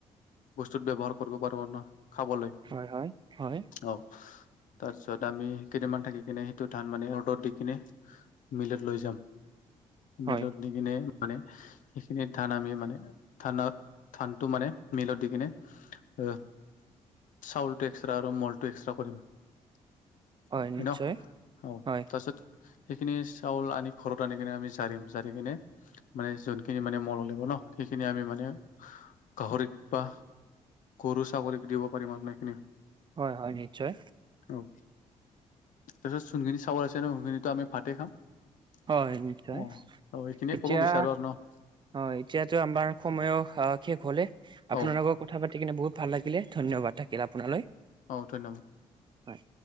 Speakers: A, on the left; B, on the right.
A: বস্তুত ব্যৱহাৰ কৰিব পাৰোঁ ন, খাবলৈ।
B: হয়, হয়, হয়।
A: অ', তাৰপিছত আমি কেই দিনমান থাকি কিনে, সেইটো ধান মানে ৰ'দত দি কিনে মিলত লৈ যাম,
B: হয়,
A: মিলত নি কিনে মানে সেইখিনিত ধান আমি মানে ধানত, ধানটো মানে মিলত দি কিনে, আহ চাউলটো এক্সষ্ট্ৰা আৰু মলটো এক্সষ্ট্ৰা কৰিম। হয়
B: হয়, নিশ্চয়
A: ন, অ,
B: হয়,
A: তাছত সেইখিনি চাউল আনি ঘৰত আনি কিনে আমি জাৰিম, জাৰি কিনে মানে যোনখিনি মানে মল লাগিব ন, সেইখিনি আমি মানে গাহৰিত বা গৰু- ছাগলীক দিব পাৰিম না এইখিনি।
B: হয়, হয়, নিশ্চয়।
A: অ', তাৰপিছত চোনখিনি চাউল আছে ন, সেইখিনিতো আমি ভাতে খাম। অ',
B: হয়, নিশ্চয়
A: অ', সেইখিনিয়ে
B: এতিয়া
A: ক'ব বিচাৰো আৰু ন।
B: হয়, এতিয়াতো আমাৰ সময়ও শেষ হ'লে, আপোনাৰ
A: অ
B: কথা পাতি কিনে বহুত ভাল লাগিলে, ধন্যবাদ থাকিল আপোনালৈ।
A: অ', ধন্যবাদ।
B: হয়।